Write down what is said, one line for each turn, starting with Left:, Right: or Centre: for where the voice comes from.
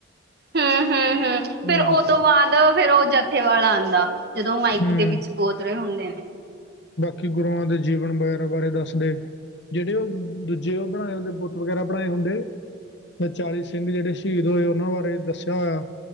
Right: ਹਮ-ਹਮ -ਹਮ
Left: ਹੂੰ
Right: ਫਿਰ ਉਹ ਤੋਂ ਬਾਅਦ ਫਿਰ ਉਹ ਜੱਥੇ ਵਾਲਾ ਆਉਂਦਾ। ਜਦੋਂ ਮਾਈਕ
Left: ਹੂੰ
Right: ਦੇ ਵਿੱਚ ਗੋਤ ਰੇਹੇ ਹੁੰਦੇ ਨੇ
Left: ਕੀ ਗੁਰੂਆਂ ਦੇ ਜੀਵਨ ਵਗੈਰਾ ਬਾਰੇ ਦੱਸਦੇ। ਜਿਹੜੇ ਉਹ ਦੂਜੇ ਉਹ ਬਣਾਏ ਹੁੰਦੇ ਬੁੱਤ ਵਗੈਰਾ ਬਣਾਏ ਹੁੰਦੇ। ਚਾਲੀ ਸਿੰਘ ਜਿਹੜੇ ਸ਼ਹੀਦ ਹੋਏ ਉਹਨਾਂ ਬਾਰੇ ਦੱਸਿਆ ਹੋਇਆ।